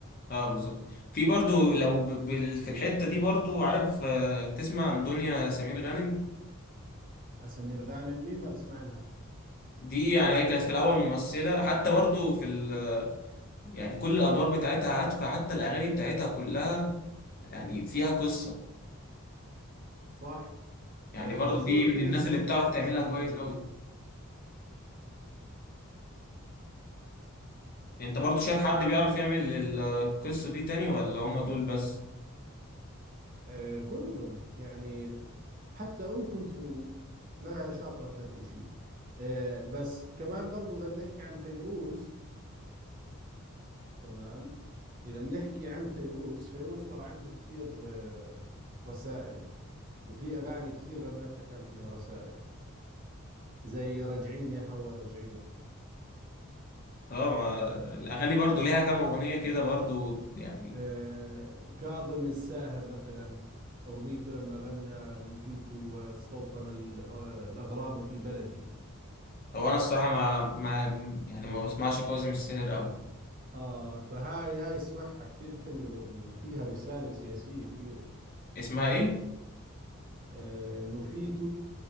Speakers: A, on the left; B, on the right.
A: اه بالظبط في برضو لو ب- ب- في الحتة دي برضو عارف آه، تسمع عن دنيا سمير غانم
B: سمير غانم مين ما بسمع لها
A: دي يعني هي كانت في الأول ممثلة حتى برضو في ال... يعني كل الأدوار بتاعتها هادفة حتى الأغاني بتاعتها كلها يعني فيها قصة
B: صح
A: يعني
B: آه
A: برضو
B: شو
A: دي
B: أكثر
A: من الناس
B: إشي
A: اللي
B: بتحبه
A: بتعرف تعملها
B: لسمير
A: كويس
B: غانم
A: أوي أنت برضو شايف حد بيعرف يعمل ال- القصة دي تاني ولا هم دول بس؟
B: آه كلهم يعني حتى أم كلثوم لا شاطرة في هالإشي آه، بس كمان برضو إذا بنحكي عن فيروز تمام إذا بنحكي عن فيروز فيروز ترى عندها كثير آه، رسائل وفي أغاني كثير غنتها كان فيها رسائل زي راجعين يا هوا راجعين
A: اه ما الأغاني برضو ليها كام أغنية كده برضو يعني
B: آه، كاظم الساهر مثلا أغنيته لما غنى نفيت واستوطن ال- آه، الأغراب في بلدي
A: هو أنا الصراحة ما, ما يعني ما بسمعش كاظم الساهر أوي
B: آه فهاي هاي اسمعها كثير حلوة الأغنية فيها رسالة سياسية كبيرة
A: اسمها إيه؟
B: آه نفيت